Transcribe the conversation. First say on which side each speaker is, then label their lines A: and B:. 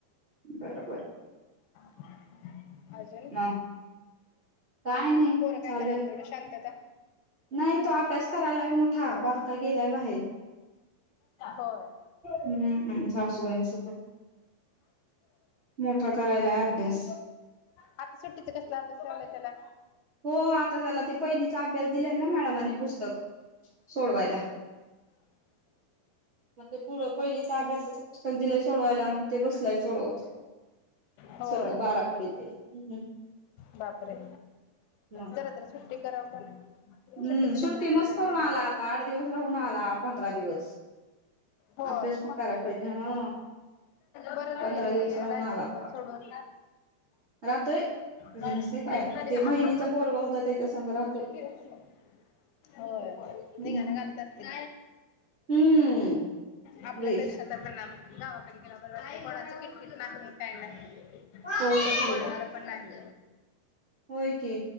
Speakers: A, on the right (about 80°); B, on the left (about 80°).
A: बरोबर
B: <inaudible> अजून
A: मग काय नाही
B: पोरं काय
A: चालू
B: करायला
A: आहे
B: एवढं शांतता.
A: नाही तो अभ्यास करायलाय मोठा बारका गेलाय बाहेर
B: होय
A: हम्म सासूबाईंसोबत मोठा करायलाय अभ्यास
B: आता सुट्टीत कसला अभ्यास लावलं त्याला?
A: हो आता त्याला ते पहिलीचा अभ्यास दिलाय ना मॅडमनी पुस्तक सोडवायला मग ते पहिलीच अभ्यासाच पुस्तक दिलंय सोडवायला मग ते बसलाय सोडवत
B: होय
A: सगळं बाराखडी तेन.
B: बापरे!
A: मग
B: जरातर सुट्टी कराव काय नाही.
A: हम्म
B: सुट्टीच
A: सुट्टी
B: लेकरा न
A: मस्त
B: जरा
A: करून
B: निवांत
A: आला आता आठ दिवस राहून आला पंधरा दिवस
B: होय
A: अभ्यास पण करायला पाहिजे हा
B: बरं राहिली
A: पंधरा दिवस राहून
B: राहिला
A: आला
B: तुम्हाला
A: आता
B: सोडून.
A: राहतोय त्याच
B: नाही
A: नसते काय
B: झाली,
A: ते
B: हात
A: बहिणच
B: हात हात
A: पोरग होत त्याच्या
B: काढ.
A: संग राहतोय.
B: होय
A: हम्म
B: धिंगाणा घालत असतील
A: हम्म
B: आपल्यापेक्षा
A: वे
B: तर त्यांना गावाकडे गेला बर वाटतंय कोणाचं कस काय ना
A: होय
B: कोण
A: की
B: बोलणार पण नाही.
A: होय की